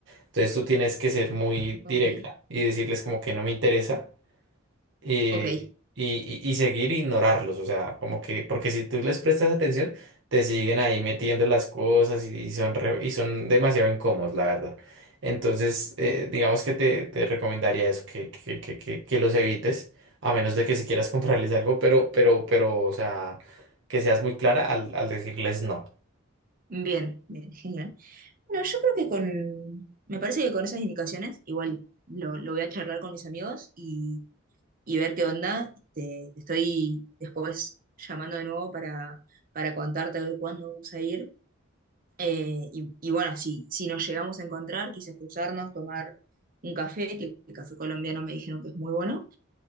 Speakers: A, on the right (about 60°); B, on the right (about 45°).
A: Entonces tú tienes que ser muy
B: ok,
A: directa y decirles como que no me interesa eh,
B: ok.
A: y, y- y seguir ignorarlos, o sea, como que, porque si tú les prestas atención, te siguen ahí metiendo las cosas y, y son, re- y son demasiado incómodos, la verdad. Entonces, eh, digamos que te, te recomendaría eso, que, que, que, que, que los evites, a menos de que si quieras <laughs> comprarles algo, pero, pero, pero, o sea, que seas muy clara al, al decirles no.
B: Bien, bien, genial. Bueno, yo creo que con, me parece que con esas indicaciones, igual lo, lo voy a charlar con mis amigos y, y ver qué onda. Te, te estoy después llamando de nuevo para, para contarte a ver cuándo vamos a ir Eh, y, y bueno, si, si nos llegamos a encontrar, quizás cruzarnos, tomar un café, que el café colombiano me dijeron que es muy bueno,